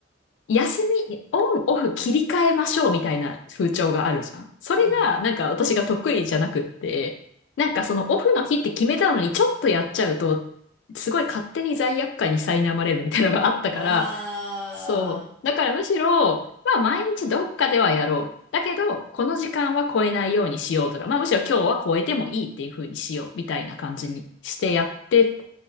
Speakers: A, on the left (about 80°); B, on the left (about 25°).
A: 休み、オン、オフ切り替えましょうみたいな風潮があるじゃん。それが、
B: う。うん。
A: なんか私が得意じゃなくって、なんかそのオフの日って決めたのにちょっとやっちゃうと、すごい勝手に罪悪感に苛まれるみたいなのがあったから、
B: あ
A: そう。だからむしろ、まあ毎日どっかではやろう。だけど、この時間は超えないようにしようとか、まあむしろ今日は超えてもいいっていう風にしようみたいな感じにしてやって